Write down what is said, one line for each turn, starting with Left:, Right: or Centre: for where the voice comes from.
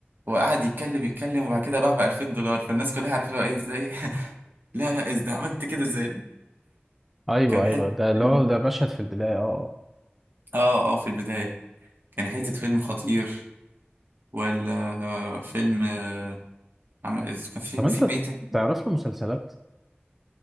Right: وقعد يتكلم يتكلم وبعد كده باع ب 2000 دولار فالناس كلها عارفه اللي هو ايه ازاي <laughs> لا لا ازاي عملت كده ازاي
Centre: ايوه
Right: كان
Centre: ايوه
Right: حتة
Centre: ده اللي
Right: فيلم
Centre: هو ده مشهد في البدايه اه آه.
Right: اه اه في البداية كان حتة فيلم خطير ولا آه، فيلم آه، عم... كان فيلم
Centre: طب انت
Right: فيلم ايه تاني
Centre: تعرف له مسلسلات